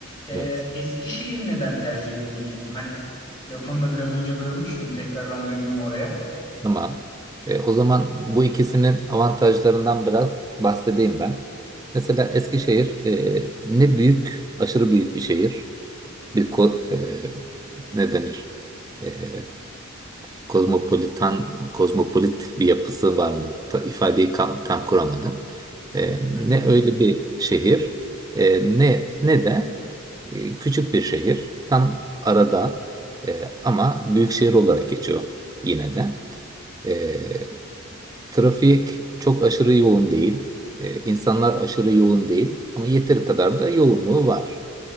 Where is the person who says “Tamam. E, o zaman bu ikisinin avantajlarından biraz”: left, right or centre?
Right